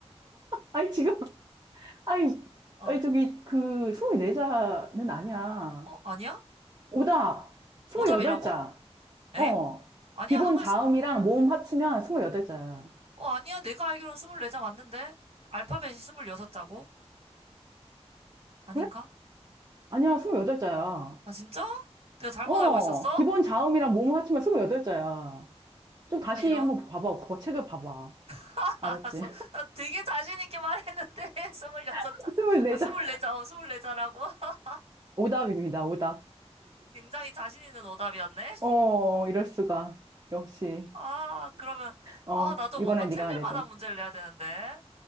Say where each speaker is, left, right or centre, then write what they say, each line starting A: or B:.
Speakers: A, on the right; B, on the right.
A: 아니, 지금, <laughs> 아니,
B: 어,
A: 아니, 저기, 그, 24자는 아니야.
B: 어, 아니야?
A: 오답, 28자.
B: 오답이라고? 엥?
A: 어,
B: 아니야,
A: 기본
B: 한글
A: 자음이랑
B: 스물,
A: 모음 합치면 28자야.
B: 어, 아니야, 내가 알기로는 스물네 자 맞는데? 알파벳이 스물여섯 자고? 아닌가?
A: 그래? 아니야, 28자야.
B: 아, 진짜? 내가 잘못
A: 어,
B: 알고 있었어?
A: 기본 자음이랑 모음 합치면 28자야. 좀 다시
B: 아, 이런.
A: 한번 봐봐. 그거 책을 봐봐.
B: <laughs> 알았어.
A: 알았지?
B: 나 되게 자신있게 말했는데, <laughs> 스물여섯
A: <laughs>
B: 자. 아, 스물네
A: 24장.
B: 자, 어, 스물네 자라고? <laughs>
A: 오답입니다. 오답.
B: 굉장히 자신있는 오답이었네?
A: 어, 이럴 수가. 역시.
B: 아, 그러면,
A: 어,
B: 아, 나도
A: 이번엔
B: 뭔가 틀릴
A: 네가 내줘.
B: 만한 문제를 내야 되는데.